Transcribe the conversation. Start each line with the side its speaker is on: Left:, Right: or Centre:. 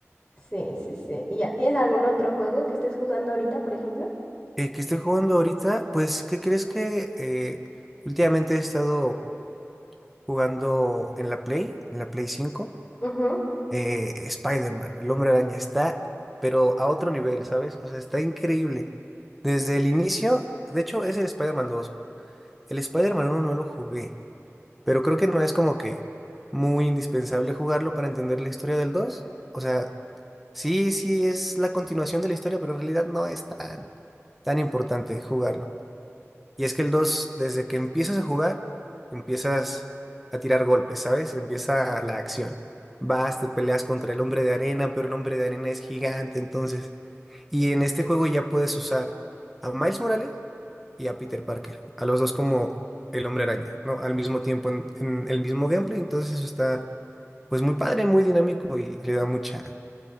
Left: Sí, sí, sí. ¿Y ya tienes algún otro juego que estés jugando ahorita, por ejemplo?
Centre: Eh, ¿qué estoy jugando ahorita? Pues, ¿qué crees que eh, últimamente he estado jugando en la Play, en la Play 5
Left: Ujú,
Centre: eh, Spider-Man, el Hombre Araña, está, pero a otro nivel, ¿sabes? O sea, está increíble. Desde el inicio, de hecho, es el Spider-Man 2. El Spider-Man 1 no lo jugué, pero creo que no es como que muy indispensable jugarlo para entender la historia del 2. O sea, sí, sí es la continuación de la historia, pero en realidad no es tan, tan importante jugarlo. Y es que el 2 desde que empiezas a jugar, empiezas a tirar golpes, ¿sabes? Empieza la acción. Vas, te peleas contra el hombre de arena, pero el hombre de arena es gigante, entonces. Y en este juego ya puedes usar a Miles Morales y a Peter Parker, a los dos como el hombre araña, ¿no? Al mismo tiempo en, en el mismo gameplay, entonces eso está, pues muy padre, muy dinámico y le da mucha,